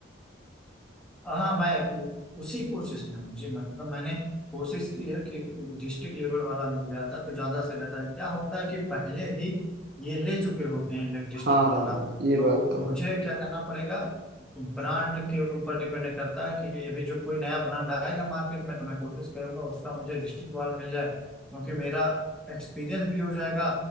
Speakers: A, in the centre; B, on the right.
A: हाँ मैं उ- उसी कोशिश में हूँ जी मतलब मैंने कोशिश की है कि डिस्ट्रिक्ट लेवल वाला मिल जाता तो ज्यादा से ज्यादा क्या होता है कि पहले ही ये ले चुके होते हैं डिस्ट्रिक्ट
B: हाँ
A: वाला
B: ये
A: तो
B: बात तो
A: मुझे
B: है
A: क्या करना पड़ेगा ब्रांड के ऊपर डिपेंड करता है कि अभी जो कोई नया ब्रांड आएगा मार्केट में तो मैं कोशिश करूंगा उसका मुझे डिस्ट्रिक्ट वाला मिल जाए क्योंकि मेरा एक्सपीरियंस भी हो जाएगा